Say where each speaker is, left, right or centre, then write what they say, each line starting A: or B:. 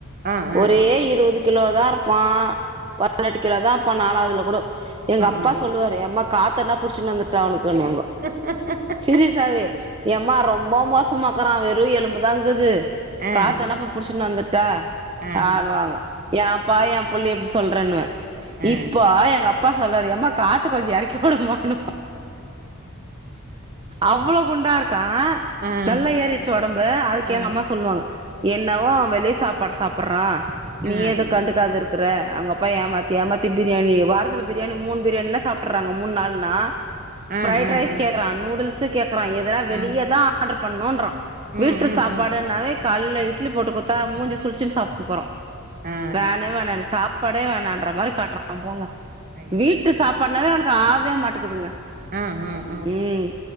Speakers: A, on the right; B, on the right.
A: ஆ ஆ
B: ஒரே இருவது கிலோ தா இருப்பா
A: ஆ
B: பதினெட்டு கிலோ தா இப்பா நாலாவதுல கூடோ எங்க அப்பா
A: ஆ ஆ
B: சொல்லுவாரு எம்மா காத்தனா புடிச்சுன்னு வந்துட்டா அவனுக்குண்ணுவாங்க
A: ஹ ஹ ஹ
B: சீரியஸாவே ஏம்மா ரொம்ப மோசமாக்கறா வெறு எலும்புதாங்குது
A: ஆ
B: காத்த என்னாப்ப புடிச்சுன்னு வந்துட்டா
A: ஆ
B: ஆடுவாங்க எ அப்பா என் புள்ளய இப்டி சொல்றன்னுவே
A: ஆ ஆ
B: இப்ப எங்க அப்பா சொல்றாரு யம்மா காத்து கொஞ்ச இறக்கி வுடுமானு அவ்வளோ குண்டா இருக்கா
A: ஆ ஆ
B: நல்லா ஏறிருச்சு ஒடம்பு அதுக்கு
A: ஆ
B: எங்க அம்மா சொல்லுவாங்க என்னவோ அவன் வெளிய சாப்பாடு சாப்பிடுறா நீ
A: ஆ
B: ஏதோ
A: ஆ
B: கண்டுக்காத இருக் க்குற அவுங்க அப்பா ஏமாத்தி ஏமாத்தி பிரியாணி வாரத்துல பிரியாணி மூணு பிரியாணினா சாப்ட்றாங்க மூணு நாள்னா
A: ஆ
B: ஃபிரைட்
A: ஆ
B: ரைஸ்
A: ஆ
B: கேக்குறா நூடுல்ஸ்சு கேக்குறா எதல்லா வெளியதா
A: ஆ
B: ஆர்டர் பண்ணுன்றா
A: ம்
B: வீட்டு
A: ம்
B: சாப்பாடுனாவே
A: ம்
B: காலையில இட்லி போட்டு குத்தா மூஞ்ச சுளிச்சினு சாப்டு போறா
A: ஆ
B: வேணு வேணானு சாப்பாடே வேணான்ற மாரி காட்றா போங்க
A: ஐயோ
B: வீட்டு
A: எ
B: சாப்பாடுனாவே அவனுக்கு ஆவே மாட்டேக்கிதுங்க
A: ம் ம்
B: ம்